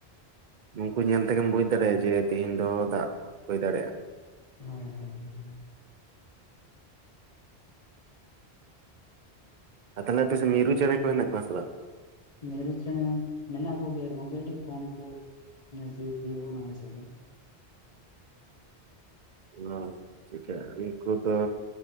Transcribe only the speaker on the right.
ᱱᱩᱝᱠᱩ ᱧᱮᱞ ᱛᱮᱜᱮᱢ ᱵᱩᱡ ᱫᱟᱲᱮᱭᱟᱜᱼᱟ ᱡᱮ ᱛᱮᱦᱤᱧ ᱫᱚ ᱫᱟᱜ ᱦᱩᱭ ᱫᱟᱲᱮᱭᱟᱜᱼᱟ᱾
ᱟᱨ ᱛᱟᱦᱞᱮ ᱟᱯᱮ ᱥᱮᱫ ᱢᱤᱨᱩ ᱪᱮᱬᱮ ᱠᱚ ᱦᱮᱱᱟᱜ ᱠᱚᱣᱟ ᱥᱮ ᱵᱟᱝ?
ᱚ ᱪᱤᱠᱟᱹ ᱩᱱᱠᱩ ᱫᱚ